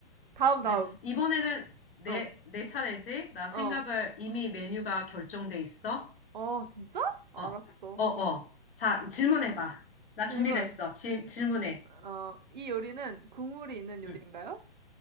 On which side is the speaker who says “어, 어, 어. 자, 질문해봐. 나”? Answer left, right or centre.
Left